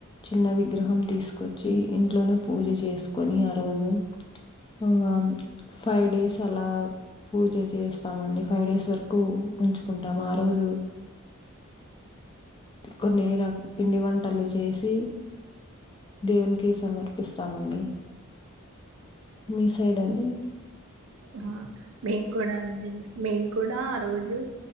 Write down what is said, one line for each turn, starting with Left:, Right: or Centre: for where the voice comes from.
Left: చిన్న విగ్రహం తీసుకొచ్చి ఇంట్లోనే పూజ చేసుకొని ఆ రోజు ఆ ఫైవ్ డేస్ అలా పూజ చేస్తామండి ఫైవ్ డేస్ వరకు ఉంచుకుంటాము ఆ రోజు కొన్ని రక్ పిండి వంటలు చేసి దేవునికి సమర్పిస్తామండి మీ సైడ్ అండి
Right: హ మేమ్ కూడ అ మేము కూడా ఆ రోజు